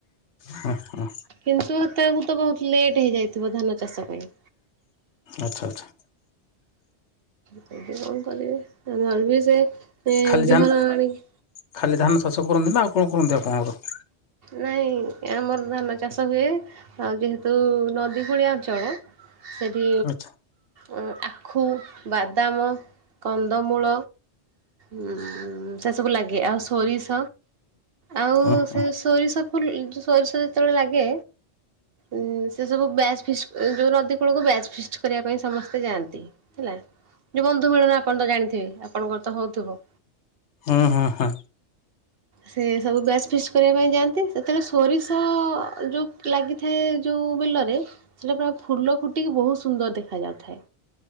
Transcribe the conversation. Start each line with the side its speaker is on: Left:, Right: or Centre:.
Left: ହଁ ହଁ।
Right: କିନ୍ତୁ ହେତେ ବେଳକୁ ବହୁତ ଲେଟ ହେଇଯାଇଥିବ ଧାନ ଚାଷ ପାଇଁ।
Left: ଆଚ୍ଛା ଆଚ୍ଛା।
Right: କଣ <unintelligible> କରିବେ <unintelligible> ସେ ଏ
Left: ଖାଲି
Right: ବିହନ
Left: ଧାନ
Right: ଆଣିକି
Left: ଖାଲି ଧାନ ଚାଷ କରନ୍ତି ନା ଆଉ କଣ କରନ୍ତି ଆପଣଙ୍କର?
Right: ନାଇଁ ଆମର ଧାନ ଚାଷ ହୁଏ ଯେହେତୁ ନଦୀ ଭଳିଆ ଅଞ୍ଚଳ। ସେଇଠୁ
Left: ଆଚ୍ଛା
Right: ଉଁ ଆଖୁ, ବାଦାମ, କନ୍ଦମୂଳ ଉଁ ସେ ସବୁ ଲାଗେ ଆଉ ସୋରିଷ ଆଉ
Left: ହୁଁ ହୁଁ
Right: ସେ ସୋରିଷକୁ <unintelligible> ସୋରିଷ ଯେତେବେଳେ ଲାଗେ ଉଁ ସେ ସବୁ ବ୍ୟାଚ ଫିଷ୍ଟ ଏ ଯୋଉ ନଦୀ କୂଳକୁ ବ୍ୟାଚ ଫିଷ୍ଟ କରିବା ପାଇଁ ସମସ୍ତେ ଯାଆନ୍ତି ହେଲା ଯୋଉ ବନ୍ଧୁ ମିଳନ ଆପଣ ତ ଜାଣିଥିବେ ଆପଣଙ୍କର ତ ହଉଥିବ।
Left: ହୁଁ- ହୁଁ -ହଁ।
Right: ସେ ସବୁ ବ୍ୟାଚ ଫିଷ୍ଟ କରିବା ପାଇଁ ଯାଆନ୍ତି ସେତେବେଳେ ସୋରିଷ ଯୋଉ ଲାଗିଥାଏ, ଯୋଉ ଫୁଲରେ ସେଟା ପୁରା ଫୁଲ ଫୁଟିକି ବହୁତ ସୁନ୍ଦର ଦେଖାଯାଉଥାଏ।